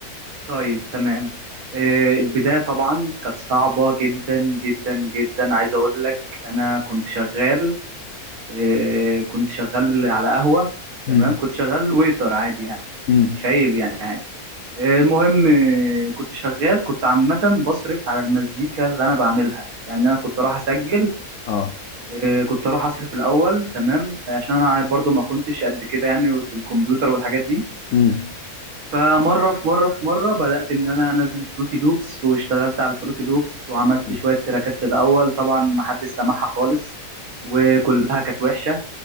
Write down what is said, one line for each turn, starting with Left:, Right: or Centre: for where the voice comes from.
Right: طيب تمام آه، البداية طبعا كانت صعبة جدا جدا جدا عايز اقول لك انا كنت شغال آه، كنت شغال على قهوة تمام
Left: مم.
Right: كنت شغال ويتر عادي يعني
Left: مم.
Right: مش عيب يعني عادي آه، المهم آه، كنت شغال كنت عامة بصرف على المزيكا اللي أنا بعملها يعني أنا كنت أروح أسجل
Left: اه
Right: آه، كنت أروح أصرف الأول تمام عشان أنا برضو ما كنتش قد كده يعني في الكمبيوتر والحاجات دي
Left: مم.
Right: فمره في مره في مره بدات ان انا انزل فروتي لوبس واشتغلت على الفروتي لوبس وعملت
Left: مم.
Right: شويه تراكات في الاول طبعا ما حدش سمعها خالص وكلها كانت وحشه